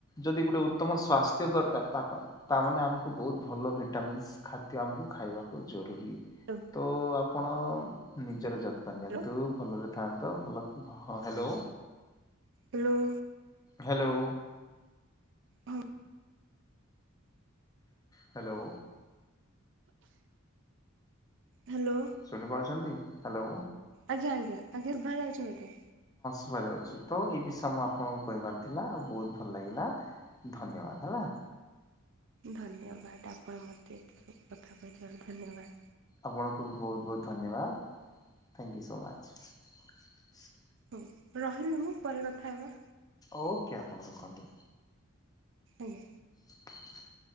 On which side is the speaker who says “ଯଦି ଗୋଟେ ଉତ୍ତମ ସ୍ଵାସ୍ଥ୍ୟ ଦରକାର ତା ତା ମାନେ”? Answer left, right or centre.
Left